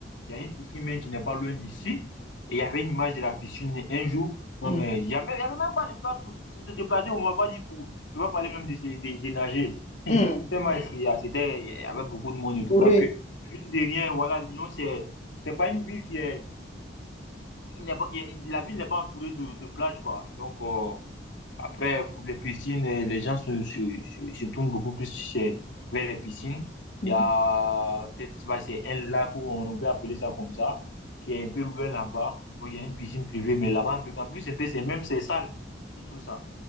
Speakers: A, on the left; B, on the left.
A: Il y a une piscine même qui n'est pas loin d'ici. Et il y avait une image de la piscine un jour. Non,
B: Mm.
A: mais il n'y avait, il y avait même pas de place pour, pour se déplacer. On ne m'a pas dit pour. Tu vas parler même de, se- de, de nager. <laughs> Hum,
B: Mm.
A: Tellement c'est- ah, c'était, il y avait beaucoup de monde et tout.
B: Bourré.
A: Parce que, mine de rien, voilà, Lyon, c'est, c'est pas une ville qui est. Il n'est pas, qui est- la ville n'est pas entourée de, de plages, quoi. Donc, euh, après, pour les piscines, euh, les gens se, se, se, se tournent beaucoup plus chez- vers les piscines.
B: Mhm.
A: Il y a peut-être, je sais pas, c'est un lac où on peut appeler ça comme ça, qui est un peu loin là-bas. où il y a une piscine privée, mais là-bas, un peu, mais en plus, un peu, c'est même, c'est sale et tout ça.